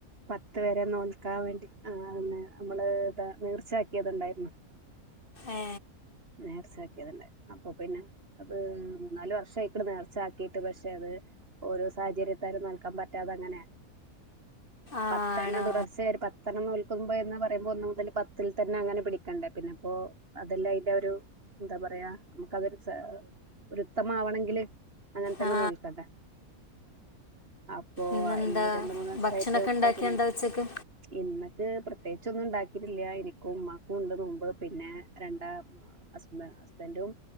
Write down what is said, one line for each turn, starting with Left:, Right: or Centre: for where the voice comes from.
Right: പത്ത് വരെ നോൽക്കാൻ വേണ്ടി ആന്ന നമ്മള് ഇതാ നേർച്ചാക്കിയത്ണ്ടായിരുന്നു
Left: ഏ
Right: നേർച്ചാക്കിയത്ണ്ടായിരുന്നു അപ്പൊ പിന്നെ അത് മൂ നമ്മൾ നേർച്ച ആക്കിയത് ഒണ്ടാർന്ന് നേർ ച്ചാൽകിയത് ഒണ്ടാർന്ന് അപ്പൊ പിന്നെ നാലല് വർഷ ആയിക്കള നേർച്ചാക്കിട്ട് പക്ഷെ അത് ഓരോ സാഹചര്യത്താലും നൽകാൻ പറ്റാതെ അങ്ങനെയാ
Left: ആണോ
Right: പത്തെണ്ണം തുടർച്ചയ ഒരു പത്തെ എണ്ണം നോൽക്കുമ്പോ എന്ന് പറയുമ്പോ ഒന്നു മുതൽ പത്തിൽ തന്നെ അങ്ങനെ പിടിക്കണ്ടേ പിന്നെ ഇപ്പോൊഅതെല്ലാം അതിറെ ഒരു എന്താ പറയാ നമുക്ക് അതൊരു ഒരുത്തമാവണെങ്കില് അങ്ങനെ തന്നെ
Left: ആ
Right: നോൽക്കണ്ടേ അപ്പൊ
Left: ഇന്നെന്താ
Right: ഈ രണ്ട മൂന്ന് വർഷായ്
Left: ഭക്ഷണമൊക്കെ ഉണ്ടാക്കിയ എന്താ ഉച്ചക്ക്
Right: ഇന്നക്ക് പ്രത്യേകിച്ചൊന്നുണ്ടാക്കി കുഞ്ഞില്ലായുനിക്കു ഉമാക്കുള്ളതുമുമ്പ്. പിന്നെ രണ്ടാ ഹസ്ബ ഹസ്ബന്റും